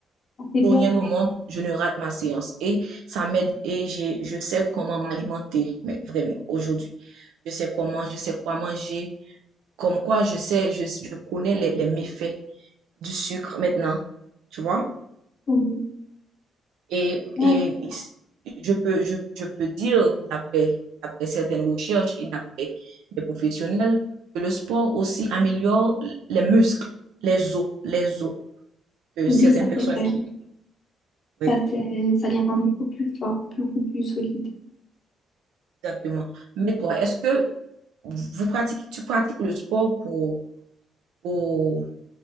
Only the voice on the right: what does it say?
Pour
rien
au monde, je ne rate ma séance. Et ça m'aide et j'ai, je sais comment m'alimenter, mais vraiment, aujourd'hui. Je sais comment, je sais quoi manger. Comme quoi, je sais, je, je connais les, les méfaits du sucre maintenant, tu vois?
Et,
et je peux, je, je peux dire, d'après, d'après certaines recherches et d'après des professionnels, que le sport aussi améliore les muscles, les os, les os, que
certaines
personnes
qui, oui,
exactement. Mais toi, est-ce que Vous pratiquez, tu pratiques le sport pour, pour...